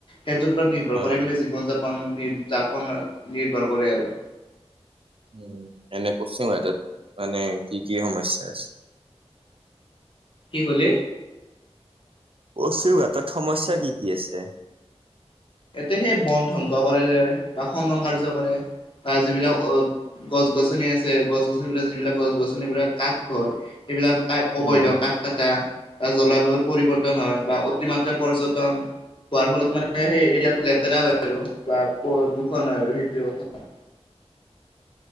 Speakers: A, on the left; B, on the right.
A: সেইটোৰ ওপৰত নিৰ্ভৰ
B: অ'।
A: কৰে মানে জীৱন যাপন যাপন নিৰ্ভৰ কৰে আৰু।
B: উ এনে পশ্চিম ভাৰাটত মানে কি কি সমস্যা আছে। <inaudible>
A: কি ক'লে?
B: অচুৰঘাটত সমস্যা কি কি আছে?
A: এতি সে বন ধ্বংস কৰে বা খণ্ডন কাৰ্য কৰে। তাৰ যিবিলাক অ গছ -গছনি আছে গছ- গছনিৰ পৰা যিবিলাক গছ- গছনি পৰা কাঠ হয়। এইবিলাক ক অবৈধ
B: উম,
A: কাঠ কটা বা জলবায়ুৰ পৰিৱৰ্তন। হয় বা অতিমাত্ৰা পৰ্যটন হোৱাৰ ফলত মানে সেই ইয়াতো লেতেৰা হয় আৰু বা দুখন হয় আৰু সেইটোৱে কথা।